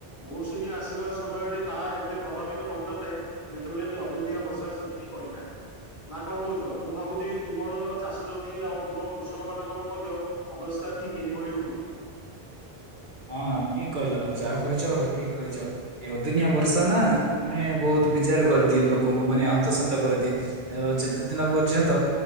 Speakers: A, on the left; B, on the right.
A: ମୌସୁମୀ ଆସିବା ସମୟରେ ତାହା ଏତେ ପ୍ରଭାବିତ କରିନଥାଏ ଯେତେବେଳେକି ଅଦିନିଆ ବର୍ଷା ସେତିକି କରିଥାଏ। ନା କଣ କହୁଚ ମୁଁ ଭାବୁଚି ତୁମର ଚାଷ ଜମି ଆଉ ତୁମ କୃଷକ ମାନଙ୍କ ମଧ୍ୟ ଅବସ୍ଥା ଠିକ୍ ଏହିଭଳି ହୋଇଥିବ।
B: ହଁ ଠିକ୍ କହିଲ ଯାହା କହିଚ ଠିକ୍ କହିଚ। ଏ ଅଦିି‌ନିଆ ବର୍ଷା ନା ମାନେ ବହୁତ ବିଜାର କରିଦିଏ ଲୋକଙ୍କୁ ମାନେ ହନ୍ତସନ୍ତ କରିଦିଏ। ଅଁ ଘ୍ରଯେତେ ଦିନ ପର୍ଯ୍ୟନ୍ତ